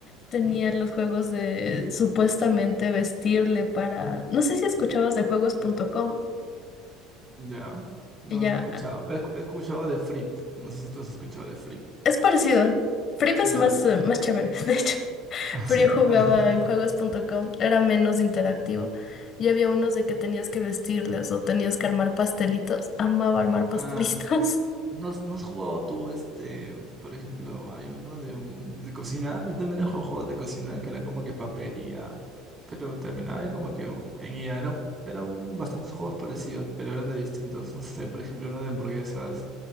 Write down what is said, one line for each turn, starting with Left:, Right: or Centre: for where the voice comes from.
Left: tenía
Right: Ujú.
Left: los juegos de supuestamente vestirle para... No sé si escuchabas de juegos.com
Right: Ya. No,
Left: y ya.
Right: no he escuchado. He escu- he escuchado de Flip. No sé si tú has escuchado de Flip.
Left: Es parecido. Flip es
Right: Ya.
Left: más, eh, más chévere, <laughs> de hecho.
Right: ¿Ah, sí?
Left: Pero yo jugaba
Right: <laughs>
Left: en juegos.com, era menos interactivo. Y había unos de que tenías que vestirles o tenías que armar pastelitos. Amaba armar pastelitos.
Right: Ah.
Left: <laughs>
Right: ¿No has, no has jugado tú, este, por ejemplo, hay uno de, un, de cocina, yo también he jugado juegos de cocina que era como que papería, pero terminaba de como que en IA, eran, ju- eran bastantes juegos parecidos, pero eran de distintos, no sé, por ejemplo, uno de hamburguesas,